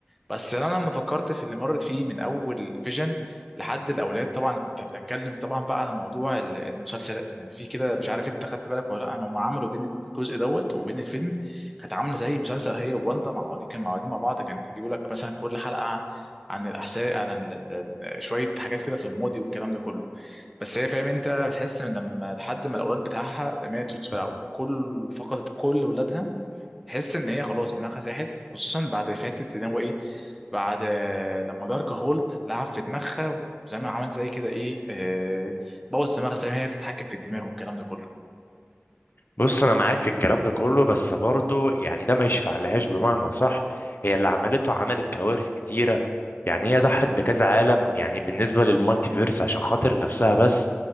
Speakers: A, in the centre; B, on the left (about 55°).
A: بس انا لما فكرت في اللي مرت فيه من اول فيجن لحد الاولاد طبعا انت بتتكلم طبعا بقى عن موضوع ال- المسلسل يعني في كده مش عارف انت خدت بالك ولا لا هم عملوا بين الجزء دوت وبين الفيلم كانت عامله زي مسلسل هي وواندا مع بعض كان مع بعض مع بعض كانوا بيجيبوا لك مثلا كل حلقه عن الاحساء عن ال- ال- شويه حاجات كده في الماضي والكلام ده كله بس هي فاهم انت بتحس ان لما لحد ما الاولاد بتاعها ماتوا في الأول، كل فقدت كل ولادها تحس ان هي خلاص دماغها ساحت خصوصا بعد فاتت ان هو ايه بعد آه، لما دارك هولد لعب في دماغها وزي ما عمل زي كده ايه آه، بوظ دماغها زي ما هي بتتحكم في الدماغ والكلام ده كله
B: بص انا معاك في الكلام ده كله بس برضو يعني ده ما يشفع لهاش بمعنى صح هي اللي عملته عملت كوارث كتيره يعني هي ضحت بكذا عالم يعني بالنسبه للمالتي فيرس عشان خاطر نفسها بس